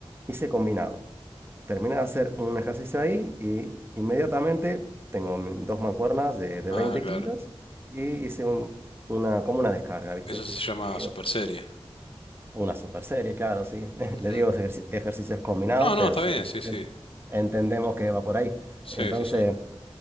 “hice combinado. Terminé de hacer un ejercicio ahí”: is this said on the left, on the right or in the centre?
Right